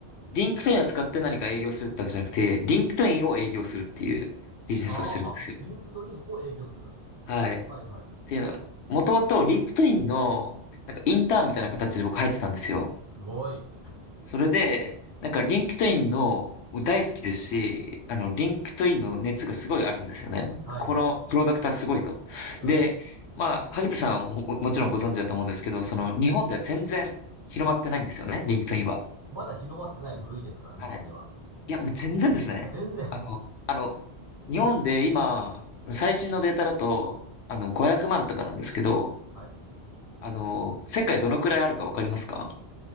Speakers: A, on the left (about 75°); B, on the right (about 35°).
A: リンクトインを使って何か営業するってわけじゃなくて、リンクトインを営業するっていうビジネスをしてるんですよ。
B: うん。あーあ、リンクドインを営業する。
A: はい。っ
B: はいはい。
A: ていうのは、もともとリンクトインの、なんかインターンみたいな形で僕入ってたんですよ。
B: すごい。
A: それで、なんかリンクトインの、僕大好きですし、あの、リンクトインの熱がすごいあるんですよね。
B: はいはい。
A: このプロダクターすごいと。
B: はい。
A: で、まあ、萩田さんはも、ももちろんご存知だと思うんですけど、その、
B: はい。
A: 日本では全然広まってないんですよね、リンクトインは。
B: まだ広まってない部類ですか日本では。
A: はいいや、もう全然ですね。
B: あ、全然 <laughs>
A: あの、あの、日本で今、最新のデータだと、あの、500万とかなんですけど、
B: はい。
A: あの、世界どのくらいあるかわかりますか